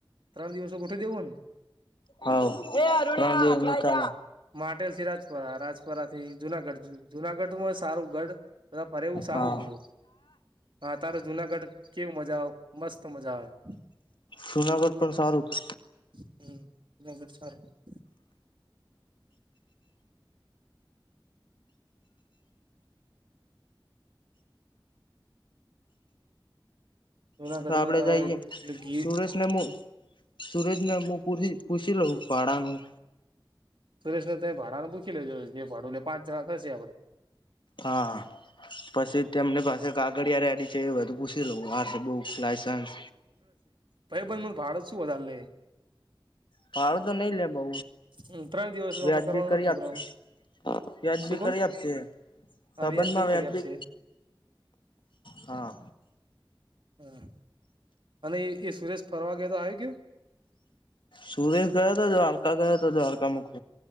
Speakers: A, on the right (about 70°); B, on the left (about 70°).
A: પરમદિવસ એ ગોઠવી દેવું અન
B: હઓ પરમદિવસે <inaudible>
A: માટે સિરાજપરા થી રાજપરા રાજપરા થી જુનાગઢ જુનાગઢમાં સારું ગઢ બધા ફરે એવું સારું
B: હા
A: બધું હા તારે જુનાગઢ. કેવું મજા આવ મસ્ત મજા આવે.
B: જુનાગઢ પણ સારું.
A: હમ, હ, જૂનાગઢ સારુ કેવાય. જુનાગઢમાં
B: તો આપડે
A: તારા
B: જાઈએ
A: એટલે ગી
B: સુરેશ. ને મુ સુરેજને, પૂછી લઉં ભાડાનું.
A: સુરેશને તાઈ ભાડાને પૂછી લેજો, જે ભાડુ પાંચ જણા થશે, આપડે.
B: હા, પછી તેમની પાસે કાગડીયા રેડી છે, એ બધું પૂછ બુક લાયસન્સ.
A: ભાઈબંધ નું ભાડો શું વધારે લે?
B: ભાડું તો નઈ લે બઉ.
A: હમ ત્રણ દિવસનો
B: વ્યાજ
A: આપડે કરવાનો
B: બી કરી
A: છે પ્રોગ્રામ
B: આપશે, વ્યાજ
A: શું
B: બી
A: કહ
B: કરી આપશે. સંબંધમાં
A: વ્યાજ બી
B: વ્યાજબી
A: કરી આપશે
B: હા.
A: હા, અને એ એ સુરેશ ફરવા ગ્યો તો, આવી ગ્યો.
B: સુરેશ ગયો હતો, દ્વારકા ગયો હતો, દ્વારકા મુખ